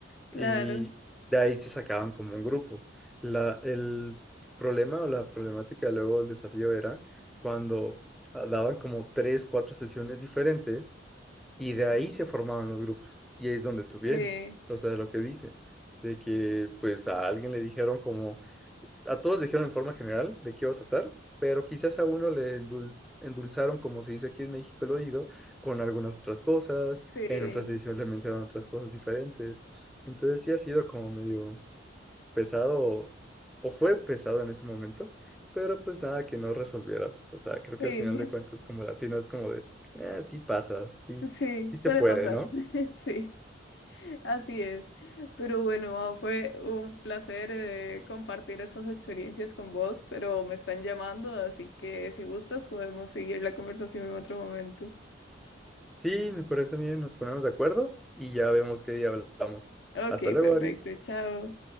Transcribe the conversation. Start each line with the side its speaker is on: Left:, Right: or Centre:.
Left: claro.
Centre: y de ahí se sacaban como un grupo. La, el problema o la problemática luego del desafío era cuando ah, daban como tres, cuatro sesiones diferentes y de ahí se formaban los grupos. Y ahí es donde tú vienes,
Left: sí.
Centre: o sea, lo que dicen, de que pues a alguien le dijeron como, a todos dijeron en forma general de qué iba a tratar, pero quizás a uno le endul- endulzaron, como se dice aquí en México, el oído, con algunas otras cosas,
Left: Sí,
Centre: en otras ediciones le mencionaron otras cosas diferentes. Entonces sí ha sido como medio pesado, o o fue pesado en ese momento, pero pues nada que no resolvieras. O sea, creo
Left: sí,
Centre: que al final de cuentas como latino es como de, "Ah, sí pasa, sí,
Left: <laughs> sí,
Centre: sí
Left: suele
Centre: se puede,
Left: pasar.
Centre: ¿no?
Left: <laughs> Sí, así es. Pero bueno, Mau, fue un placer eh, compartir estas experiencias con vos, pero me están llamando, así que si gustas podemos seguir la conversación en otro momento.
Centre: Sí, me parece bien, nos ponemos de acuerdo y ya vemos qué día hablamos.
Left: Ok,
Centre: Hasta luego,
Left: perfecto,
Centre: Ari.
Left: chao.